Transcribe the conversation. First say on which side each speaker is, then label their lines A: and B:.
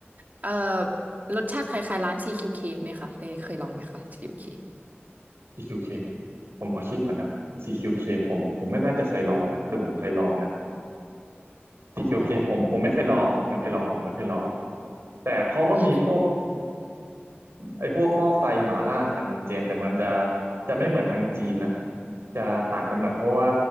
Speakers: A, on the right; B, on the right.
A: เอ่อรสชาติคล้ายๆร้าน CQK ไหมคะเคยเคยลองไหมคะ CQK
B: CQK ผมขอคิดก่อนนะ CQK ผมผมไม่น่าจะเคยลองนะหรือผมเคยลองนะ CQK
A: หรอ
B: ผมผมไม่เคยลองผมไม่เคยลองผมไม่เคยลองแต่เขาก็มีพวก
A: โอเค
B: ไอ้พวกหม้อไฟหมาล่างหมนกันนะคุณเจนแต่มันจะจะไม่เหมือนทางจีนนะจะต่างกันหน่อยเพราะว่า